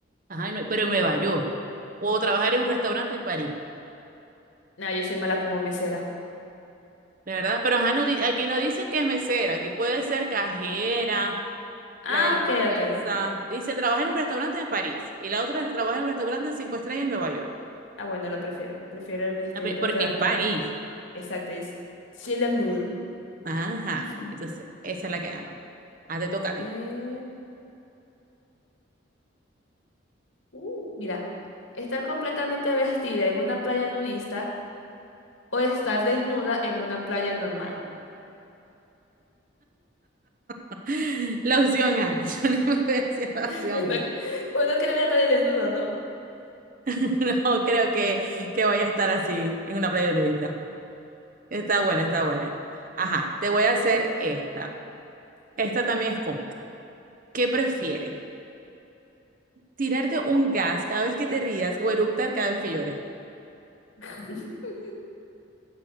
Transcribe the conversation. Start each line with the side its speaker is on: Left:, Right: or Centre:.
Right: Ajá, en Nue- pero en Nueva York. O trabajar en un restaurante en París,
Left: Nah, yo soy mala como mesera.
Right: ¿de verdad? Pero ajá, no di- aquí no dice que es mesera, aquí puede ser cajera
Left: Ah,
Right: la de limpieza.
Left: ok, ok.
Right: Dice, trabaja en un restaurante en París y la otra trabaja en un restaurante de cinco estrellas en Nueva York.
Left: Ah, bueno, lo prefiero. Prefiero el este
Right: Ah, pe-
Left: en restaurante.
Right: Porque es París.
Left: Exacto, es Chilemour.
Right: Ajá.
Left: <laughs>
Right: Entonces, esa es la que ganó. Ah, te toca
Left: A ver.
Right: a ti.
Left: Uh, mira, estar completamente vestida en una playa nudista o estar desnuda en una playa normal.
Right: <laughs> La opción A. <laughs> Yo no me voy a decir la
Left: <laughs>
Right: opción
Left: No-
Right: B.
Left: Uno quiere ver a nadie desnudo, ¿no?
Right: <laughs> No creo que, que vaya a estar así en una playa nudista. Está buena, está buena. Ajá, te voy a hacer esta. Esta también es cómica. ¿Qué prefieres? ¿Tirarte un gas cada vez que te rías o eructar cada vez que llores?
Left: <laughs>